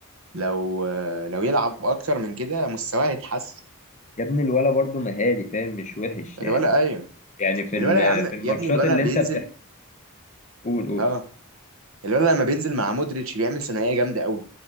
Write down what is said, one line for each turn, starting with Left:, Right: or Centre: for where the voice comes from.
Right: لو لو يلعب اكتر من كده مستواه هيتحسن
Left: يا ابني الولا برضه مهاري فاهم مش وحش يعني
Right: الولا ايوه
Left: يعني في ال-
Right: الولد يا عم
Left: في الماتشات
Right: يا ابني الولد
Left: اللي
Right: لما
Left: انت
Right: بينزل
Left: بتحكي قول قول
Right: اه الولد لما بينزل مع مودريتش بيعمل ثنائيه جامده قوي